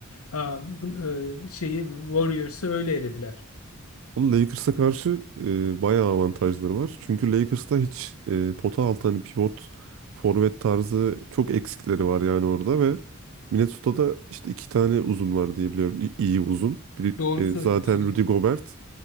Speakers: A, on the left; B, on the right.
A: aa, gl- e, şeyi Warriors'ı öyle elediler.
B: Ama Lakers'a karşı e, bayağı avantajları var. Çünkü Lakers'ta hiç e, pota altı hani pivot, forvet tarzı çok eksikleri var yani orada ve Minnesota'da işte iki tane uzun var diye biliyorum. İ- iyi uzun. Biri
A: Doğru
B: e,
A: söylüyorsun,
B: zaten Rudy
A: evet.
B: Gobert.